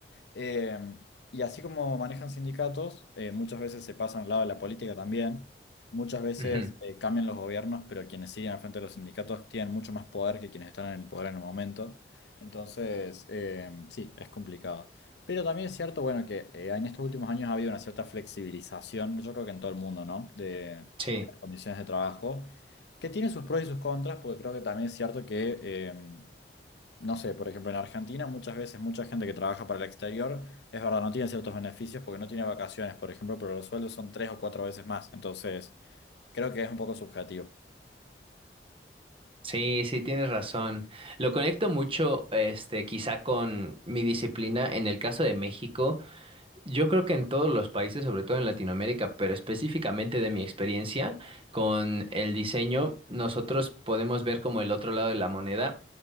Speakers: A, on the left (about 70°); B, on the right (about 30°).
A: Eh, y así como manejan sindicatos, eh, muchas veces se pasan al lado de la política también. Muchas veces
B: ujú,
A: eh, cambian los gobiernos, pero quienes siguen al frente de los sindicatos tienen mucho más poder que quienes están en el poder en el momento. Entonces, eh, sí, es complicado. Pero también es cierto, bueno, que eh, en estos últimos años ha habido una cierta flexibilización, yo creo que en todo el mundo, ¿no? De,
B: sí.
A: de las condiciones de trabajo, que tiene sus pros y sus contras, porque creo que también es cierto que... em, no sé, por ejemplo, en Argentina muchas veces mucha gente que trabaja para el exterior, es verdad, no tiene ciertos beneficios porque no tiene vacaciones, por ejemplo, pero los sueldos son tres o cuatro veces más. Entonces, creo que es un poco subjetivo.
B: Sí, sí, tienes razón. Lo conecto mucho, este, quizá con mi disciplina. En el caso de México, Yo creo que en todos los países, sobre todo en Latinoamérica, pero específicamente de mi experiencia con el diseño, nosotros podemos ver como el otro lado de la moneda.